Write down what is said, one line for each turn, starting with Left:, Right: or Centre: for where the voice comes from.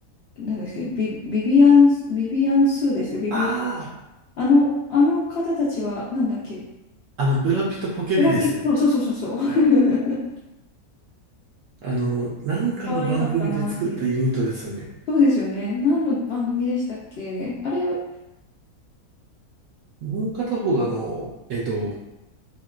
Left: なんですけど、ビ、ビビアンス、ビビアンスーですよ、ビビアン。
Right: あ
Left: あの、あの方たちは、なんだっけ、
Right: あ、あの、ブラピとポケビですね。
Left: ブラピ、そうそうそうそう。そう <laughs>
Right: あの、なんかの番組で作ったユニットですよね。
Left: 可愛かったなっていう。そうですよね。何の番組でしたっけあれ、そ
Right: もう片方があの、えっと、